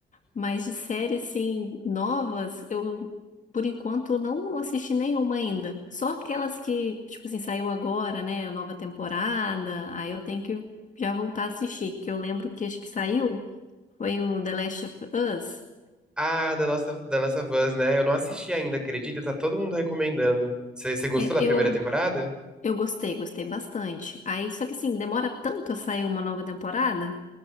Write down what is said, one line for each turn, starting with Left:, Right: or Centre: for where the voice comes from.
Left: Mas de séries, assim, novas, eu, por enquanto, não assisti nenhuma ainda. Só aquelas que, tipo assim, saiu agora, né? A nova temporada, aí eu tenho que já voltar a assistir, que eu lembro que acho que saiu, foi o The Last of Us.
Centre: Ah, The Last of, The Last of Us, né? Eu não assisti ainda, acredita? Tá todo mundo recomendando. Você você gostou
Left: É,
Centre: da
Left: eu
Centre: primeira temporada?
Left: Eu gostei, gostei bastante. Aí, só que assim, demora tanto a sair uma nova temporada